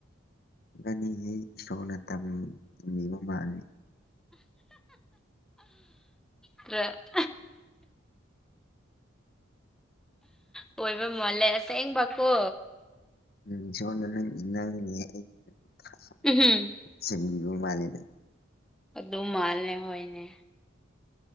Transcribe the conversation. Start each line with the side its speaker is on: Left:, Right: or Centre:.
Left: ꯅꯪꯒꯤꯗꯤ ꯏꯁꯣꯔꯅ ꯇꯝ ꯕꯤ ꯃꯥꯜꯂꯤꯦ
Centre: ꯇ꯭ꯔ <inaudible> ꯑꯣꯏꯕ ꯃꯥꯜꯂꯦ ꯑꯁꯦꯡꯕꯀꯣ
Left: ꯎꯝ ꯁꯣꯝꯗ ꯅꯪ ꯅꯦ ꯑꯩꯒꯤꯗꯃꯛꯇ
Centre: ꯎꯝꯍꯨꯝ
Left: ꯁꯦꯝꯕꯤꯕ ꯃꯥꯜꯂꯦ ꯅꯪ
Centre: ꯑꯗꯨ ꯃꯥꯜꯂꯦ ꯍꯣꯏꯅꯦ